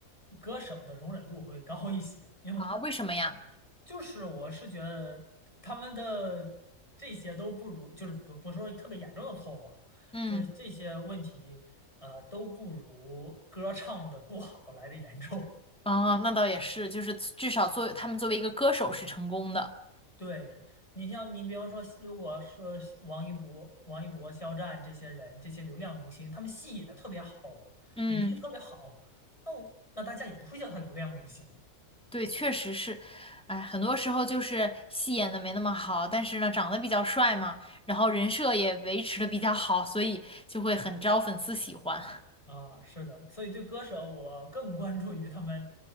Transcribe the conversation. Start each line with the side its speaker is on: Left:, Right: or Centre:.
Left: 歌手的容忍度会高一些，因为
Centre: 啊？为什么呀？
Left: 就是我是觉得他们的这些都不如，就是不不是说特别严重的错误啊，
Centre: 嗯，
Left: 就是这些问题，呃，都不如歌唱的不好来的严重。
Centre: 啊，那倒也是，就是至少作为他们作为一个歌手是成功的，
Left: 对，你像你比方说，如果说王一博、王一博、肖战这些人，这些流量明星，他们戏演的特别好，
Centre: 嗯。
Left: 演技特别好，那我那大家也不会叫他流量明星了
Centre: 对，确实是，哎，很多时候就是戏演的没那么好，但是呢，长得比较帅嘛，然后人设也维持的比较好，所以就会很招粉丝喜欢
Left: 啊。是的，所以对歌手我更关注于他们